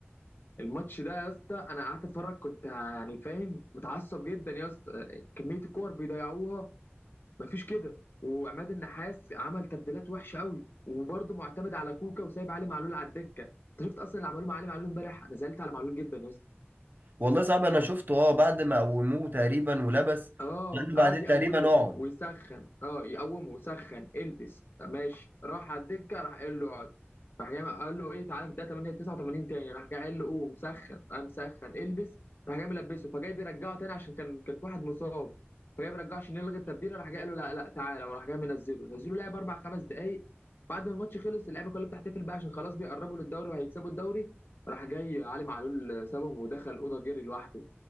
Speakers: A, on the left (about 55°); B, on the right (about 50°).
A: الماتش ده يا اسطى انا قعدت اتفرج كنت يعني فاهم متعصب جدا يا اسطى كميه الكور بيضيعوها مفيش كده وعماد النحاس عمل تبديلات وحشه قوي وبرضه معتمد على كوكا وسايب علي معلول على الدكه انت شفت اصلا اللي عمله مع علي معلول امبارح انا زعلت على معلول جدا يا اسطى
B: والله صعب انا شفته اه بعد ما قوموه تقريبا ولبس
A: اه
B: قال له بعدين
A: قعد يقومه
B: تقريبا اقعد
A: ويسخن اه يقومه ويسخن البس ماشي راح على الدكه راح قال له اقعد راح جاي قال له ايه تعالى في ده 8 89 تاني راح جاي قال له قوم مسخن قام مسخن البس راح جاي ملبسه فجاي بيرجعه تاني عشان كان كان في واحد مصاب فجاي بيرجعه عشان يلغي التبديل راح جاي قال له لا لا تعالى وراح جاي منزله نزله لعب اربع خمس دقائق بعد ما الماتش خلص اللعيبه كلها بتحتفل بقى عشان خلاص بيقربوا للدوري وهيكسبوا الدوري راح جاي علي معلول سابهم ودخل الاوضه جري لوحده